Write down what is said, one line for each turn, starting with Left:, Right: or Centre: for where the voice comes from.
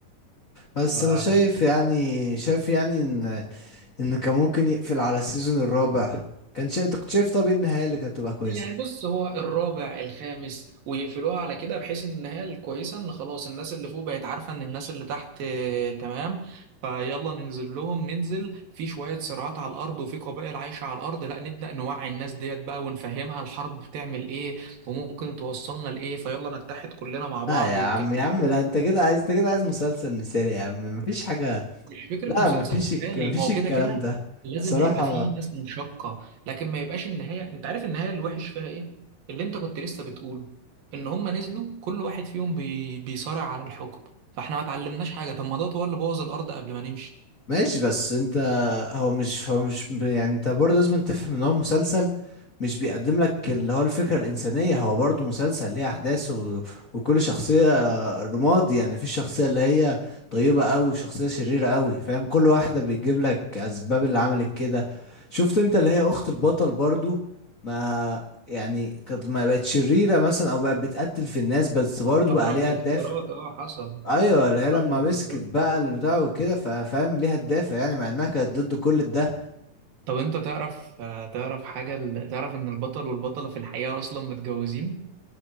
Left: بس
Right: يعني
Left: انا شايف يعني شايف يعني ان ان كان ممكن يقفل على السيزون الرابع كان شا... انت كنت شايف طب إيه النهايه اللي كانت تبقى كويسه
Right: يعني بص هو الرابع الخامس ويقفلوها على كده بحيث ان النهايه الكويسه ان خلاص الناس اللي فوق بقت عارفه ان الناس اللي تحت آه، تمام فيلا ننزل لهم ننزل في شويه صراعات على الارض وفي قبائل عايشه على الارض لا نبدا نوعي الناس ديت بقى ونفهمها الحرب بتعمل ايه وممكن توصلنا لايه فيلا نتحد كلنا مع بعض
Left: لا يا عم
Right: والكلام
Left: يا عم
Right: ده كله
Left: لا انت كده عايز انت كده عايز مسلسل مثالي يا عم مفيش حاجه
Right: مش فكرة
Left: لا
Right: مسلسل
Left: مفيش الك...
Right: مثالي
Left: مفيش
Right: ما هو
Left: الكلام
Right: كده كده
Left: ده
Right: لازم
Left: بصراحه
Right: هيبقى فيه ناس منشقة لكن ما يبقاش النهاية انت عارف النهاية الوحش فيها ايه اللي انت كنت لسه بتقوله ان هما نزلوا كل واحد فيهم بي... بيصارع على الحكم فاحنا ما اتعلمناش حاجة طب ما دوت هو اللي بوظ الارض قبل ما نمشي
Left: ماشي بس انت هو مش هو مش يعني انت برضه لازم تفهم ان هو مسلسل مش بيقدم لك اللي هو الفكرة الإنسانية هو برضه مسلسل ليه أحداث و... وكل شخصية رماد يعني مفيش شخصية اللي هي طيبة أوي وشخصية شريرة أوي فاهم كل واحدة بيجيب لك أسباب اللي عملت كده شفت انت اللي هي أخت البطل برضه ما يعني كانت ما بقت شريرة مثلا أو بقت بتقتل في الناس بس برضه
Right: فترة
Left: بقى ليها
Right: من الفترات
Left: الدافع
Right: اه حصل
Left: ايوه
Right: في
Left: اللي
Right: فترة
Left: هي لما
Right: من الفترات
Left: مسكت بقى البتاع وكده فاهم ليها الدافع يعني مع انها كانت ضد كل ده
Right: طب انت تعرف آه، تعرف حاجة ال- تعرف ان البطل والبطلة في الحقيقة اصلا متجوزين